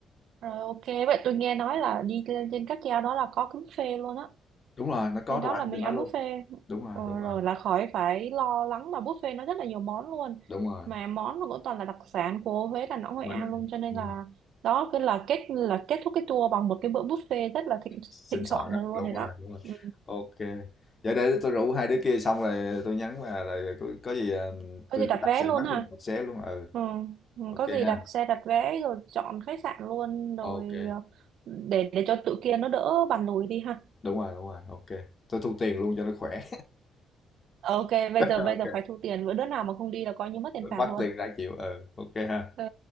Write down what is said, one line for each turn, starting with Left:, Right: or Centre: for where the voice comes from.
Right: Rồi ok, vậy tôi nghe nói là đi lên trên cáp treo đó là có buffet luôn á.
Left: đúng rồi nó có
Right: Lên
Left: đồ
Right: đó
Left: ăn
Right: là mình
Left: trên đó
Right: ăn
Left: luôn
Right: buffet.
Left: đúng rồi
Right: Ờ,
Left: đúng rồi
Right: rồi là khỏi phải lo lắng là buffet nó rất là nhiều món luôn.
Left: đúng rồi
Right: Mà món nó cũng toàn là đặc sản của Huế, Đà Nẵng, Hội
Left: Ngoài
Right: An luôn. Cho nên
Left: ừ.
Right: là đó cứ là kết là kết thúc cái tour bằng một cái bữa buffet rất là thịnh
Left: xin
Right: thịnh soạn
Left: soạn á
Right: rồi luôn
Left: đúng
Right: này đó.
Left: rồi đúng rồi
Right: Ừ.
Left: ok vậy để tôi rủ hai đứa kia xong rồi tôi nhắn và rồi có, có gì à,
Right: Có
Left: tôi
Right: gì đặt
Left: đặt
Right: vé
Left: xe
Right: luôn
Left: hết
Right: ha.
Left: luôn đặt xe luôn ừ
Right: Ừ. ừ,
Left: ok
Right: Có gì
Left: ha
Right: đặt xe đặt vé rồi chọn khách sạn luôn rồi
Left: ok
Right: ờ, để để cho tụi kia nó đỡ bàn lùi đi ha.
Left: đúng rồi đúng rồi ok tôi thu tiền luôn cho nó khỏe
Right: Ok, bây
Left: <laughs>
Right: giờ bây
Left: ok
Right: giờ phải thu tiền, bữa đứa nào mà không đi là coi như mất tiền
Left: tôi
Right: phạt
Left: bắt
Right: luôn.
Left: tiền đã chịu ừ ok ha
Right: Ờ,